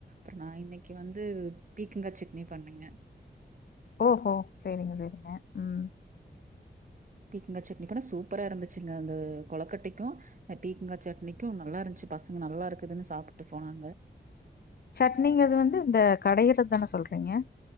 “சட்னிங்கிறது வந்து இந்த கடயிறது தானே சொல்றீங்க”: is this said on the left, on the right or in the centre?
Left